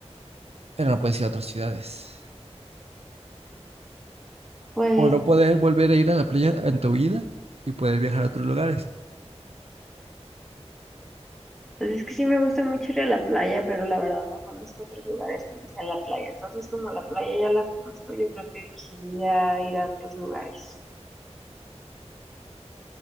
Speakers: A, on the right (about 65°); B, in the centre.
A: pero no puedes ir a otras ciudades.
B: Pues,
A: O no poder volver a ir a la playa en tu vida y poder viajar a otros lugares.
B: pues es que sí me gusta mucho ir a la playa, pero la verdad no conozco otros lugares que no sean la playa. Entonces, como la playa ya la conozco, yo creo que elegiría ir a otros lugares.